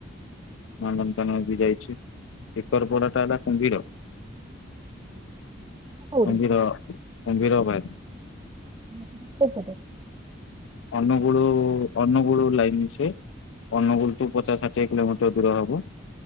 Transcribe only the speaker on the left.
ନନ୍ଦନକାନନ ବି ଯାଇଛି। ଏକର ପୋଡ଼ା ଟା ହେଲା କୁମ୍ଭୀର
କୁମ୍ଭୀର କୁମ୍ଭୀର ବାରି।
ଅନୁଗୁଳୁ ଅନୁଗୁଳୁ ଲାଇନ ସେ। ଅନୁଗୁଳଠୁ ପଚାଶ ଷାଠିଏ କିଲୋମିଟର ଦୂର ହବ।